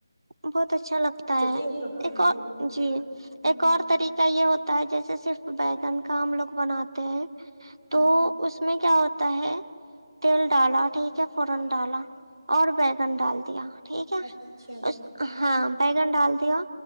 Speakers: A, on the right (about 80°); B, on the right (about 55°).
A: بہت اچھا لگتا
B: چلیے
A: ہے
B: کب وہ
A: ایک اور جی
B: ہاں
A: ایک اور طریقہ کیا یہ ہوتا ہے جیسے صرف بیگن کا ہم لوگ بناتے ہیں تو
B: ہاں
A: اس اس میں کیا ہوتا ہے تیل ڈالا ٹھیک ہے فورن ڈالا اور بیگن ڈال دیا ٹھیک ہے
B: اچھا اچھا
A: اس ہاں بگن ڈال دیا